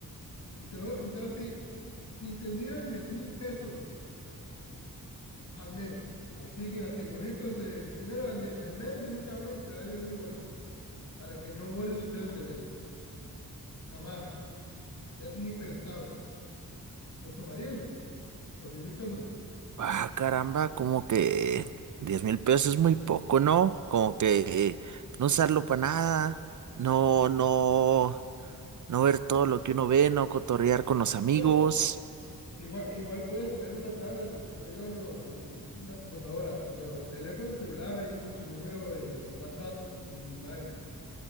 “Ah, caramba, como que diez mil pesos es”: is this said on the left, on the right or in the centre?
Right